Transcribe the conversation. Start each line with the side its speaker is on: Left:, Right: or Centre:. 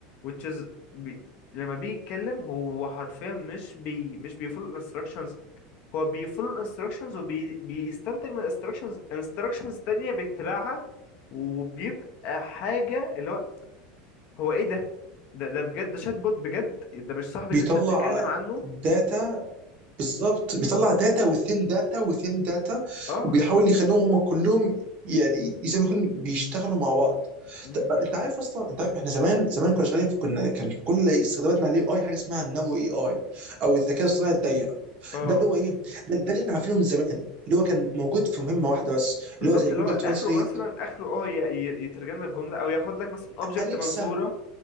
Left: which is بي... لما بيجي يتكلم هو حرفيا مش بي مش بيفول instructions هو بيفولو الانستراكشنز وبيستنتج من الانستراكشنز انستراكشنز تانية بيتبعها وبيبقى حاجة اللي هو هو ايه ده ده ده بجد ده شات بوت بجد ده مش صاحبي
Right: بيطلع
Left: اللي انت بتتكلم عنه
Right: داتا بالظبط بيطلع داتا وثين داتا وثين داتا
Left: اه
Right: وبيحاول يخليهم هم كلهم يعني زي ما يكون بيشتغلوا مع بعض
Left: م- م-
Right: ت- انت عارف اصلا انت عارف احنا زمان زمان كنا شغالين في- كنا كان كل استخداماتنا عليه اي حاجه اسمها النانو اي اي او الذكاء الصناعي الضيق
Left: اه
Right: ده اللي هو ايه ده, ده اللي احنا عارفينه من زمان اللي هو كان موجود في مهمه واحده بس
Left: بالظبط
Right: اللي هو زي
Left: اللي
Right: جوجل
Left: هو
Right: ترانسليت
Left: اخره مثلا اخره اه ي- ي- يترجم لك جملة او ياخد لك مثلا اوبجكت
Right: اليكسا
Left: منصورة